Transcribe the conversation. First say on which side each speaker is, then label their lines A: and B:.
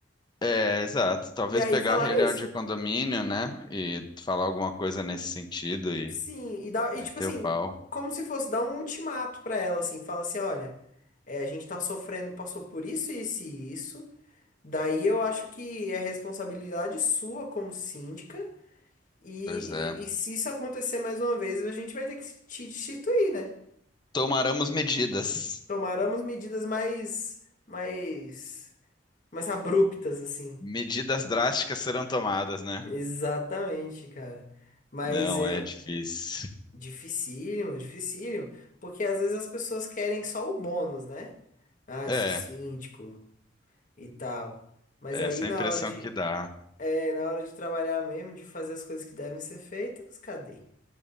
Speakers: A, on the left (about 25°); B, on the left (about 45°).
A: é, exato. Talvez
B: E aí
A: pegar
B: falar
A: a reunião
B: isso.
A: de condomínio, né? E falar alguma coisa nesse sentido e
B: Sim, e, dá, e
A: meter
B: tipo assim,
A: o pau.
B: como se fosse dar um ultimato para ela, assim, fala assim, olha, é, a gente tá sofrendo, passou por isso, isso e isso. Daí eu acho que é responsabilidade sua como síndica. E,
A: Pois é.
B: e, e se isso acontecer mais uma vez, a gente vai ter que te destituir, né?
A: Tomaremos medidas.
B: Tomaremos medidas mais, mais, mais abruptas, assim.
A: Medidas drásticas serão tomadas, né?
B: Exatamente, cara. Mas
A: Não
B: é
A: é difícil.
B: dificílimo, dificílimo, porque às vezes as pessoas querem só o bônus, né? Ah,
A: É,
B: eu sou síndico e tal. Mas
A: essa
B: aí na
A: é a impressão
B: hora de,
A: que dá.
B: é, na hora de trabalhar mesmo, de fazer as coisas que devem ser feitas, cadê?